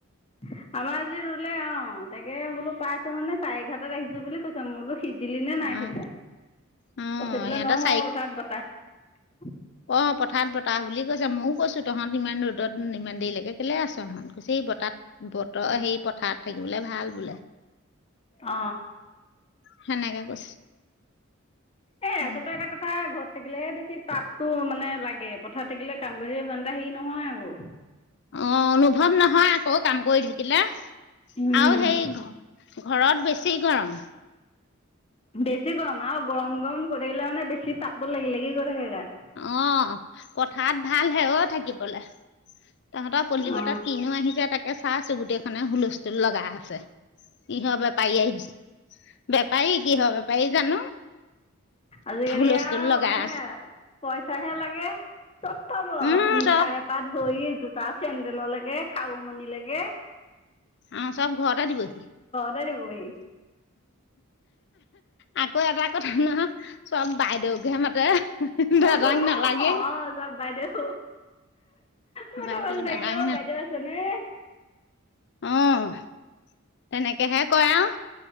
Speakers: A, on the left (about 30°); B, on the left (about 55°).
A: উ <unintelligible> আমাৰ আজি ৰুলে অ তাকে বোলো পাইছহুে চাৰে অঘৰতাত আহিছো বুলি কৈছো মই বোলো সিজ। লি নে নাই
B: অঁ
A: সিজা
B: অঁ
A: পচি পলৈ
B: সিহঁতৰ
A: নহ পথাৰত বতাহ।
B: অ পথাৰত বতাহ বুলি কৈছে ময়ও কৈছো। তহঁত ইমান ৰ'দত ইমান দেৰিলৈকে কেলে আছ তহঁত কুছে বতাত বতৰ সেই পথাৰত থাকিবলৈ। ভাল বোলে।
A: অ
B: হেনেকে কৈছে।
A: এ আচলতে
B: উম
A: এটা কথা ঘ থাকিলে বেছি তাপটো মানে লাগে পথাৰত থাকিলে কাম কৰি ইমানটা হেৰি নহয় আকৌ।
B: অ অনুভৱ নহয় আকৌ কাম কৰি থাকিলে
A: উম
B: আৰু সেই ঘ ঘৰত বেছি গৰম।
A: বেছি গৰম আৰু গৰম গৰম কৰি থাকিলে মানে বেছি তাপটো লাগি লাগি গৈ থাকে গাত।
B: অ পথাৰত ভাল হে অ থাকিবলৈ। তহঁতৰ প্লি
A: অ
B: বতাত কিনো আহি য যে তাকে চাইছো গুটেইখনে হুলস্থুল লগা আছে। ইহৰ বেপাৰী আহিছ বেপাৰী কিহৰ বেপাৰী জানো।
A: আজিকালি
B: হুলস্থুল
A: আৰু
B: লগাই
A: মানে।
B: আছে
A: পইচাহে লাগে চব পাব
B: উম
A: মিঠাই
B: চব
A: এপ ধৰি জোতা চেন। তেডেলৰ লাগে খাওমনি লাগে।
B: অ' চব ঘৰত দিব সি
A: দিবহি
B: আ আকৌ এটা কথা নহ চব বাইদেউকহে মাতে দাদাক
A: অ'
B: নালাগেই
A: সব বাইদেউ। স
B: বাইদেউ
A: ত গম লাগিলেও
B: দাদাক
A: বাইদেউ আছেনে?
B: আহ তেনেকেহে কয় আৰু